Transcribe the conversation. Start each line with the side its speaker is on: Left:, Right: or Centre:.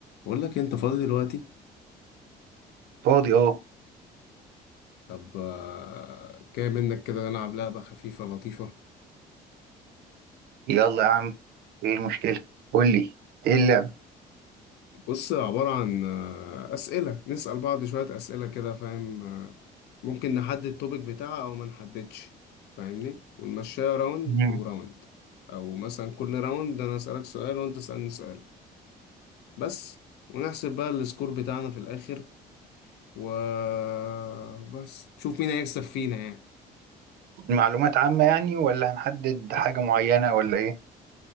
Left: بقول لك انت فاضي دلوقتي
Right: فاضي اه
Left: طب آه، جاي منك كده نلعب لعبة خفيفة لطيفة
Right: يلا يا عم ايه المشكلة قولي ايه اللعب
Left: بص عبارة عن آه، أسئلة نسأل بعض شوية أسئلة كده فاهم آه، ممكن نحدد التوبيك بتاعها أو ما نحددش فاهمني ونمشيها راوند
Right: مم.
Left: وراوند أو مثلا كل راوند أنا أسألك سؤال وأنت تسألني سؤال بس ونحسب بقى السكور بتاعنا في الآخر وبس شوف مين هيكسب فينا يعني
Right: معلومات عامة يعني ولا هنحدد حاجة معينة ولا ايه